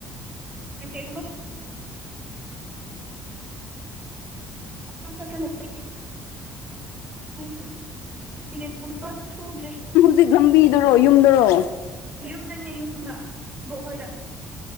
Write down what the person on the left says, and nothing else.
ꯖꯤꯛ ꯂꯝꯕꯤꯗꯔꯣ ꯌꯨꯝꯗꯔꯣ